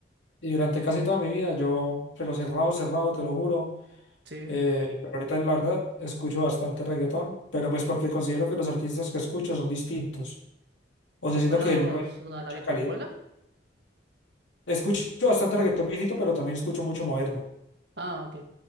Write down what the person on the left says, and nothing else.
Y durante casi toda mi vida yo, pero cerrado, cerrado, te lo juro.
eh, pero ahorita la verdad escucho bastante reggaetón, pero pues porque considero que los artistas que escucho son distintos. O
sea, siento que genuinamente
tienen
mucha
calidad.
Escucho bastante reggaetón viejito, pero también escucho mucho moderno.